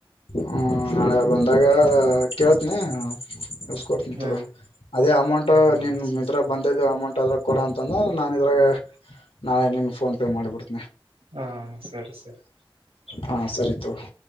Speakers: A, on the left; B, on the right.
A: ಹ್ಮ ನಾಳೆ ಬಂದಾಗ ಕೇಳ್ತನಿ ಇಸ್ ಕೊಡ್ತಿನ್
B: ಹ್ಮ್
A: ತೊಗೊ ಅದೇ ಅಮೌಂಟ್
B: ಹ್ಮ್
A: ನಿನ್
B: ಸರಿ
A: ಇದಗ್
B: ತಗೋ.
A: ಬಂದಿದ್ದ ಅಮೌಂಟ್ ಆದ್ರ ಕೊಡ ಅಂತ ನಾನೆ ಇದ್ರಾಗ ನಾಳೆನೀನ್ ಫೋನ್ ಪೇ ಮಾಡಿಬಿಡ್
B: ಹಾ ಸರಿ ಸರಿ
A: ಹಾ ಸರಿ ತೊಗೊ